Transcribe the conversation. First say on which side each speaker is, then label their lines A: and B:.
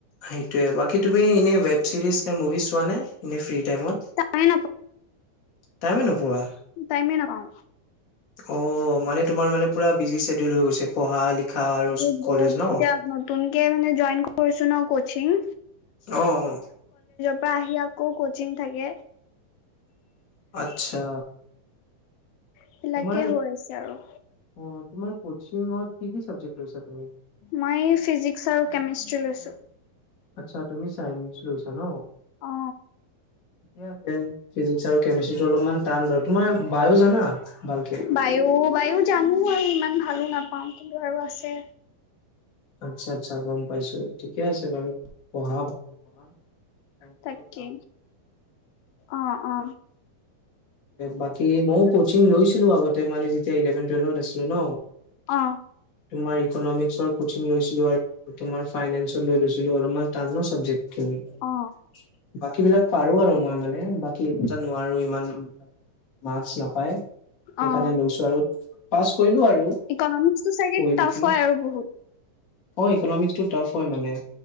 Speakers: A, on the left (about 30°); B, on the left (about 85°).
A: সেইটোয়ে বাকী তুমি এনেই ৱেব চিৰিজ নে মুভি চোৱা নে এনে ফ্ৰী টাইমত?
B: টাইমে
A: টাইমে নোপোৱা
B: টাইম এ নাপাওঁ।
A: অ' মানে তোমাৰ মানে পুৰা বিজি শেডিউল হৈ গৈছে। পঢ়া লিখা আৰু
B: ব বু
A: কলেজ ন
B: এতিয়া নতুনকে মানে জইন কৰিছো ন কোচিং
A: অ অ
B: পৰা আহি আকৌ কচিং থাকে
A: আচ্ছা
B: এইবিলাকে
A: তোমাৰ
B: হৈ আছে আৰু
A: অ তোমাৰ কোচিঙৰ কি কি চাবজেক্ট লৈছা তুমি
B: মই ফিজিক্স আৰু কেমেষ্ট্ৰি লৈচো
A: আচ্ছা তুমি চাইন্ঞ্চ লৈছা ন
B: অ
A: ঠিকে আছে ফিজিকস আৰু কেমেষ্ট্ৰিটো অলপমান টান ধ তোমাৰ বায়ো জানা ভালকে
B: বায়ু বায়ু জানো আৰু ইমান ভালো নাপাও কিন্তু আৰু আছে
A: আচ্ছা আচ্ছা গম পাইছো ঠিকে আছে বাৰু পঢ়া ভালকে পঢ়া চাইন্সটো
B: তাকে
A: অলপ টান
B: অ অ
A: বাকী মইও কচিং লৈছিলো আগতে মানে যেতিয়া ইলেভেন টুৱেলভত আছিলো ন
B: অ
A: তোমাৰ ইকনমিক্সৰ কোচিং লৈছিলো আৰু তোমাৰ ফাইনেন্সত লৈ লৈছিলো অলপমান টান ন চাবজেক্ট
B: অ
A: বাকী বিলাক পাৰো আৰু মই মানে বাত সেই দুটা নোৱাৰো ইমান মাছ নাপায় সেইকাৰণে
B: অ
A: লৈছো আৰু পাছ কৰিলো আৰু
B: ইকনমিক্সটো চাগে
A: কৰি
B: টাফ
A: নেকি
B: হয় আৰু বহুত
A: অ ইকনমিক্স টো টাফ হয় মানে